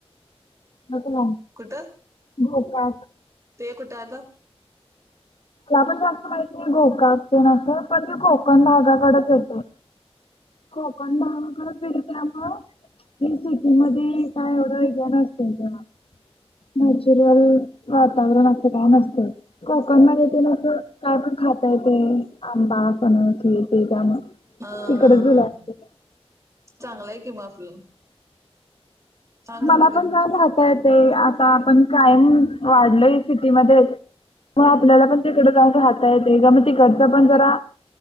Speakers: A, on the left; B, on the right.
A: नको ना
B: कुठं
A: घोकाक
B: ते कुठं आलं
A: ते आपण जास्त माहिती आहे गोकाक असते नास पण ते कोकण भागाकडेच येत कोकण भागाकडेचेल त्यामुळे हे सिटी मध्ये काय एवढं हे नसतय ग नॅचरल वातावरण अस काय नसतं कोकणमध्ये पण अस काय पण खाता येते आंबा फनस हेते त्यामुळे
B: हा हा
A: तिकडच
B: हा
A: गेल असतील
B: चांगलंय कि मग आपलं छान झालं
A: मला
B: कि
A: पण
B: मग
A: जरा राहता येतय आता आपण कायम वाढलोय सिटीमध्येच. मग आपल्याला पण तिकड जाऊन राहता येतय का मग तिकडच पण जरा